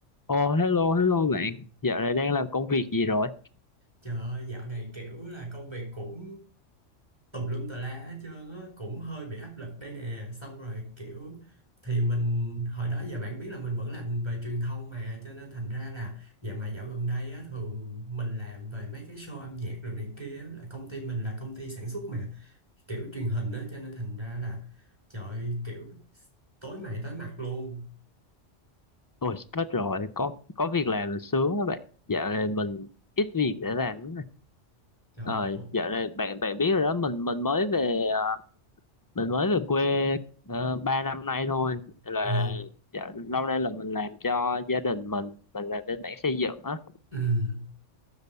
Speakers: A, on the left; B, on the right.
A: Ồ, hello, hello bạn. Dạo này đang làm công việc gì rồi?
B: Trời ơi, dạo này kiểu là công việc cũng tùm lum tà lá hết trơn á, cũng hơi bị áp lực đây nè. Xong rồi kiểu thì mình hồi đó giờ bạn biết là mình vẫn làm về truyền thông mà cho nên thành ra là dạ mà dạo gần đây á thường mình làm về mấy cái show âm nhạc rồi này kia á, là công ty mình là công ty sản xuất mà kiểu truyền hình á cho nên thành ra là trời ơi, kiểu tối mày tối mặt luôn.
A: Ôi, hết rồi, có có việc làm là sướng á bạn. Dạo này mình ít việc để làm lắm nè.
B: Trời.
A: Ờ,
B: Ồ.
A: dạo này bạn bạn biết rồi đó, mình mình mới về ờ, mình mới về quê uh, 3 năm nay thôi. Là
B: Ờ.
A: dạo, lâu nay là mình làm cho gia đình mình, mình làm bên mảng xây dựng á.
B: Ừ.